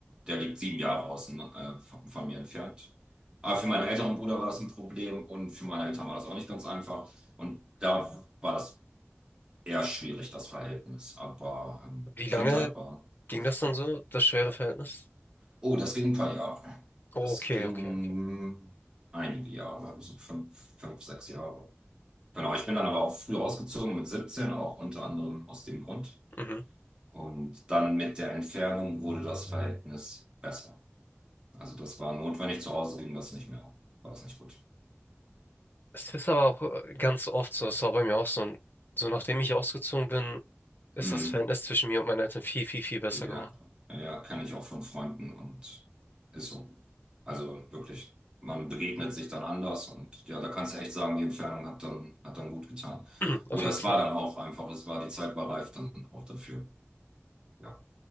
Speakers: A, on the right (about 20°); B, on the left (about 45°).
A: Der liegt sieben Jahre außen äh, von, von mir entfernt. Aber für meinen älteren Bruder war das ein Problem und für meine Eltern war das auch nicht ganz einfach. Und da war das eher schwierig, das Verhältnis, aber ähm,
B: Wie lange
A: Kindheit war,
B: ging
A: war super.
B: das dann so, das schwere Verhältnis?
A: Oh, das ging ein paar Jahre.
B: Oh,
A: Das
B: okay,
A: ging
B: okay, okay.
A: einige Jahre, so fünf, fünf, sechs Jahre. Genau, ich bin dann aber auch früh ausgezogen, mit 17 auch, unter anderem aus dem Grund.
B: Mhm.
A: Und dann mit der Entfernung wurde das Verhältnis besser. Also das war notwendig, zu Hause ging das nicht mehr. War das nicht gut.
B: Es ist aber auch äh, ganz oft so, es war bei mir auch so, und so nachdem ich ausgezogen bin, ist
A: Mm.
B: das Verhältnis zwischen mir und meinen Eltern viel, viel, viel besser
A: Ja,
B: geworden.
A: ja, kenne ich auch von Freunden und ist so. Also wirklich, man begegnet sich dann anders und ja, da kannst du echt sagen, die Entfernung hat dann, hat dann gut getan.
B: <clears throat> Auf
A: Oder
B: jeden
A: es
B: Fall.
A: war dann auch einfach, es war, die Zeit war reif dann auch dafür. Ja.